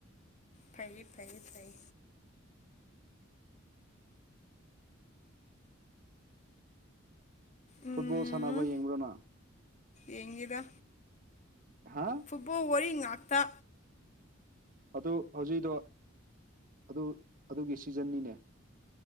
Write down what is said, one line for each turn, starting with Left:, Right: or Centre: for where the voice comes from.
Left: ꯐꯩ ꯐꯩꯌꯦ ꯐꯩ ꯎꯝ
Right: ꯐꯨꯠꯕꯣꯜ ꯁꯥꯟꯅꯕ ꯌꯦꯡꯕ꯭ꯔꯣꯅ
Left: ꯌꯦꯡꯅꯤꯗ
Right: ꯍꯥ
Left: ꯐꯨꯠꯕꯣꯜ ꯑꯣꯏꯔ ꯏ ꯑꯠꯇꯥ
Right: ꯑꯗꯨ ꯍꯧꯖꯤꯛꯗꯣ ꯑꯗꯨ ꯑꯗꯨꯒꯤ ꯁꯤꯖꯟꯅꯤꯅꯦ